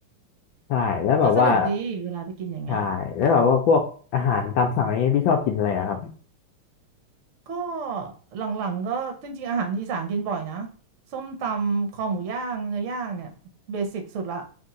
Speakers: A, on the left; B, on the right.
A: ใช่แล้วแบบว่า
B: ก็สนุกดีเวลาไปกินอย่างเงี้ย
A: ใช่แล้วแบบว่าพวกอาหารตามสั่งอะไรนี้พี่ชอบกินอะไรอะครับ
B: ก็หลังๆก็จริงๆอาหารอีสานกินบ่อยนะส้มตำคอหมูย่างเนื้อย่างเนี่ยเบสิกสุดละ